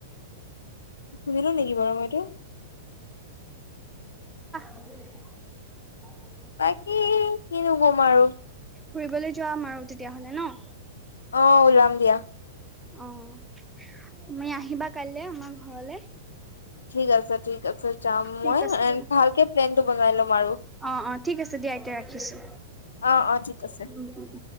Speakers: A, on the left (about 80°); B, in the centre.
A: শুনি লওঁ নেকি বাৰু মই এইটো?
B: <inaudible>
A: বাকী কিনো কম আৰু?
B: ফুৰিবলৈ যাম আৰু তেতিয়াহ'লে ন?
A: অ', উলাম দিয়া।
B: উম, তুমি আহিবা কাইলে আমাৰ ঘৰলে?
A: ঠিক আছে ঠিক তাৰ পিচত যাম
B: ঠিক
A: মই
B: আছে
A: এ ভালকে প্লেনটো বনাই ল'ম আৰু
B: অ অ ঠিক আছে দিয়া এতিয়া ৰাখিছো
A: অ অ ঠিক আছে।
B: উম উম উম